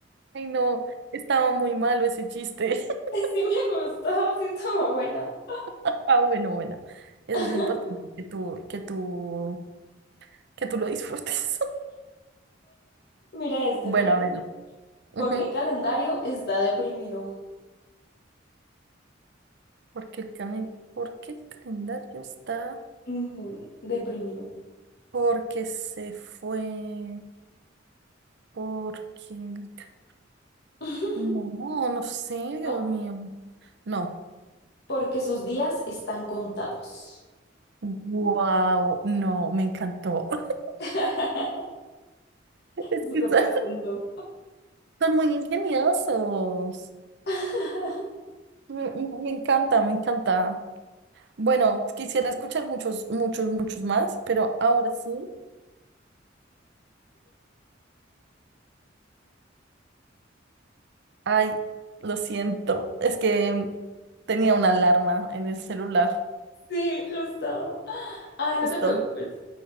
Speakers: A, on the right; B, on the left.
A: Ay, no, estaba muy malo ese chiste. <laughs>
B: Sí me gustó, sí estuvo bueno.
A: Ah, bueno, bueno. Eso
B: <laughs>
A: es lo importante, que tú, que tú, que tú lo disfrutes. <laughs>
B: Mira este,
A: Bueno,
B: mira.
A: a ver. ujú,
B: Porque el calendario está deprimido.
A: Porque el calen- ¿por qué el calendario está?
B: Ujú, Deprimido.
A: Porque se fue. Porque el ca-
B: <laughs>
A: No, no sé, Dios
B: ¿No?
A: mío. No.
B: Porque sus días están contados.
A: Wow, no, me encantó. <laughs>
B: <laughs>
A: Es
B: Súper
A: que son
B: profundo.
A: son muy ingeniosos.
B: <laughs>
A: Me, me me encanta, me encanta. Bueno, quisiera escuchar muchos, muchos, muchos más, pero ahora sí, ay, lo siento, es que tenía una alarma en el celular,
B: Sí, justo. Ay, no
A: justo.
B: te preocupes.